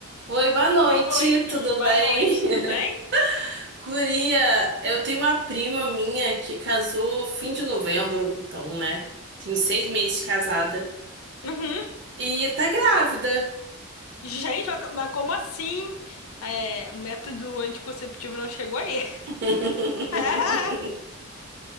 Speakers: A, on the right; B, on the left.
A: Oi, boa noite,
B: Oi,
A: tudo
B: boa
A: bem?
B: noite,
A: <laughs>
B: tudo bem?
A: Guria, eu tenho uma prima minha que casou fim de novembro, então, né? Tenho seis meses de casada.
B: Uhum.
A: E tá grávida.
B: Gente, mas co- mas como assim? É, o método anticonceptivo não chegou aí. <laughs>
A: <laughs>
B: Ah,